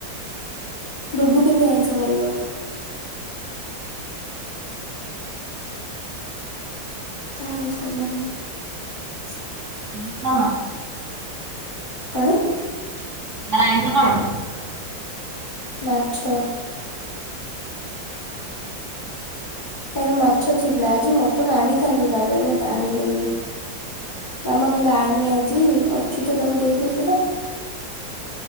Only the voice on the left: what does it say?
ଡୁଡୁ କିନ୍ତିୁ ଆଇଁଷ ଖାଇବ। ତାର ସାଧା ନାହିଁ।
କଣ?
ମାଛ। ତାର ମାଛ ଥିଲା, ଆଜି ମଟନ ଆଣିଥାନ୍ତି ତା ପାଇଁ ବଟ୍ ଆଣିଲିନି। ମାମା କହିଲା ଆଣେନୀ ଆଜି ଅଛି ତ ତାକୁ ଦେଇଦେ ସେଇଟା।